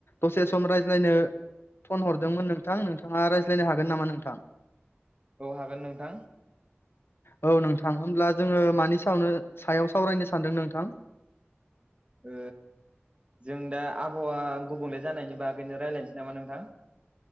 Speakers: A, on the left; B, on the right.
A: दसे सम रायज्लायनो फन हरदोंमोन नोंथां, नोंथाङा रायज्लायनो हागोन नामा नोंथां?
B: औ हागोन नोंथां।
A: औ, नोंथां होमब्ला जोङो मानि सायावनो सायाव सावरायनो सानदों नोंथां?
B: ओ जों दा आबहावा गुबुंले जानायनि बागैनो रायज्लायनोसै नामा नोंथां।